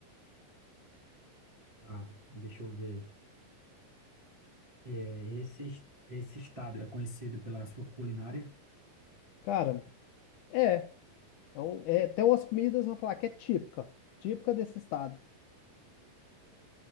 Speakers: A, on the right (about 30°); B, on the left (about 80°).
A: Tá, deixa eu ver. É, esse, es- esse estado é conhecido pela sua culinária?
B: Cara, é. Então, é, até umas comidas vão falar que é típica, típica desse estado.